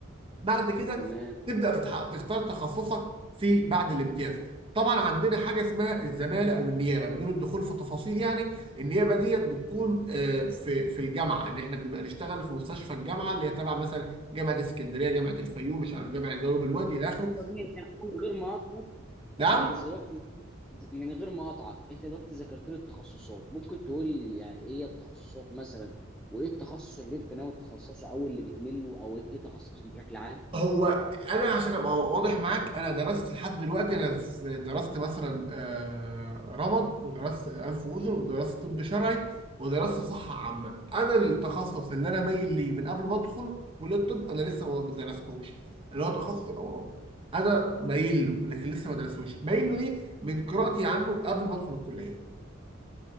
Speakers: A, on the right (about 25°); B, in the centre.
A: بعد كده
B: تمام
A: تبدا تتح- تختار تخصصك في بعد الامتياز طبعا عندنا حاجه اسمها الزماله او النيابه بدون الدخول في تفاصيل يعني النيابه ديت بتكون آه، في في الجامعه ان احنا بنبقى نشتغل في مستشفى الجامعه اللي هي تبع مثلا جامعه اسكندريه جامعه الفيوم مش عارف جامعه جنوب الوادي الى اخره
B: طب ماشي أنا من غير مقاطعه
A: نعم
B: انت دلوقتي من غير ما اقطعك انت دلوقتي ذكرت لي التخصصات ممكن تقول لي يعني ايه هي التخصصات مثلا وايه التخصص اللي انت ناوي تتخصصه او اللي بتميل له او ايه تخصصك بشكل عام
A: هو انا عشان ابقى واضح معاك انا درست لحد دلوقتي انا في درست مثلا آه، رمد ودرست انف واذن ودرست طب شرعي ودرست صحه عامه انا التخصص اللي انا مايل ليه من قبل ما ادخل كليه الطب انا لسه ما درستوش اللي هو تخصص الاورام انا مايل له لكن لسه ما درستوش مايل له ليه من قراءتي عنه قبل ما ادخل الكليه